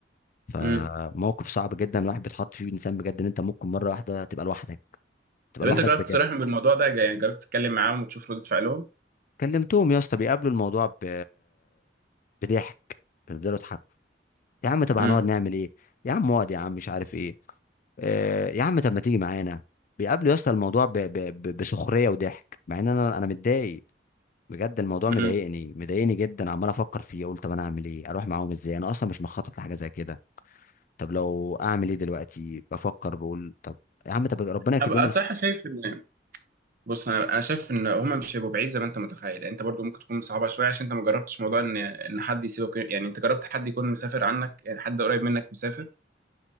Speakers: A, on the left; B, on the right.
A: فموقف
B: امم
A: صعب جدا الواحد بيتحط فيه انسان بجد ان انت ممكن مره واحده تبقى لوحدك تبقى
B: طب
A: لوحدك
B: انت جربت
A: بجد
B: تصارحهم بالموضوع ده يعني جربت تتكلم معاهم وتشوف ردة فعلهم
A: كلمتهم يا اسطى بيقابلوا الموضوع ب... بضحك بيفضلوا يضحكوا يا عم طب
B: امم
A: هنقعد نعمل ايه يا عم اقعد يا عم مش عارف ايه آه، يا عم طب ما تيجي معانا بيقابلوا يا اسطى الموضوع ب... ب... ب... بسخريه وضحك مع ان انا انا متضايق بجد الموضوع
B: امم
A: مضايقني مضايقني جدا عمال افكر فيه اقول طب انا اعمل ايه اروح معاهم ازاي انا اصلا مش مخطط لحاجه زي كده طب لو اعمل ايه دلوقتي بفكر بقول طب يا عم طب ربنا يكتب
B: انا بقى
A: لهم
B: صراحه شايف ان بص انا انا شايف ان هما مش هيبقوا بعيد زي ما انت متخيل انت برضو ممكن تكون صعبه شويه عشان انت ما جربتش موضوع ان ان حد يسيبك يعني انت جربت حد يكون مسافر عنك يعني حد قريب منك مسافر